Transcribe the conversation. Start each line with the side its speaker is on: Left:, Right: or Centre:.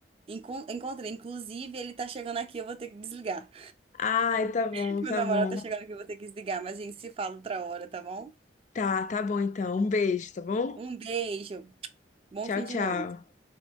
Right: encon- encontrei. Inclusive, ele tá chegando aqui, eu vou ter que desligar.
Left: Ai, tá bom,
Right: <laughs> Meu
Left: tá
Right: namorado
Left: bom.
Right: tá chegando aqui, eu vou ter que desligar, mas a gente se fala outra hora, tá bom?
Left: Tá, tá bom então. Um beijo, tá bom?
Right: Um beijo, bom
Left: Tchau,
Right: fim
Left: tchau.
Right: de noite.